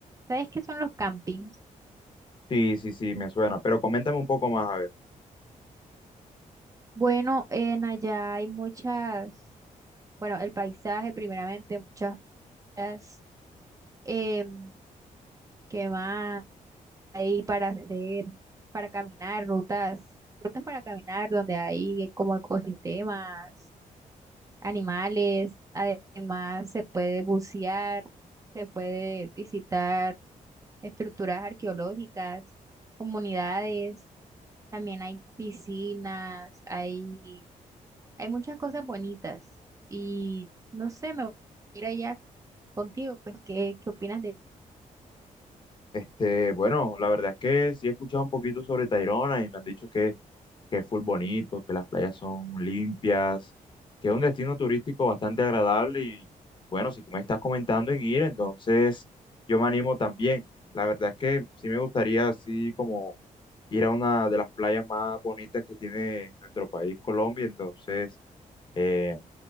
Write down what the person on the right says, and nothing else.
¿Sabes qué son los campings?
Bueno, en allá hay muchas, bueno, el paisaje primeramente, muchas playas, em, ¿qué más? ahí para hacer, para caminar, rutas, rutas para caminar donde hay como ecosistemas, animales, además se puede bucear, se puede visitar estructuras arqueológicas, comunidades, también hay piscinas, hay, hay muchas cosas bonitas y no sé, me gustaría ir allá contigo, pues, ¿qué, qué opinas de...